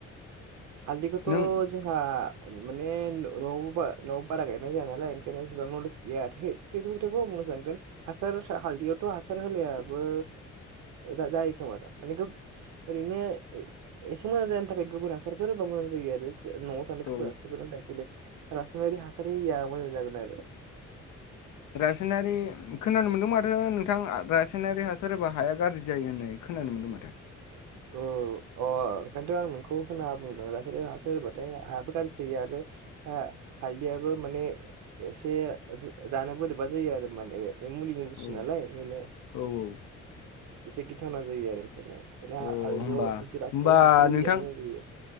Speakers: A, on the right; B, on the left.
A: हालदिखौथ'
B: नों
A: जोंहा माने न'आव न'आवबो बारा गायनाय जाया नालाय ओंखायनो एसेबां नलेज गैया <unintelligible> हासार हालदैयावथ' हासार होलायाबो जायो खोमा दा माने गो ओरैनो एसे मोजां जानायनि थाखाय गोबोर हासार फोर होबा मोजां जायो आरो न' आव थानाय
B: औ
A: गोबोर हासारफोरा दा बेलेग रासायनारि हासार होयैआ मोजां जागोन आरो
B: रासायनारि खोनानो मोन्दों माथो नोंथां रासायनारि हासार होबा हाया गाज्रि जायो होननाय खोनानो मोनदों माथो
A: औ अ अ ओंखायनोथ' आं नोंखौ होनाङा बुंदों रासायनारि हासार होबाथाय हायाबो गाज्रि आरो हा हालदियाबो माने एसे जानो बोरैबा जायो आरो माने बे मुलि नि बुस्थु
B: औ
A: नालाय ओंखायनो
B: औ औ
A: एसे गिथावना जायो आरो ओंखायनो बेना
B: अ
A: हालदिआव
B: होमबा
A: बिदि रासायनारि
B: होमबा
A: हासार
B: नोंथां
A: होयैआनो मोजां जायो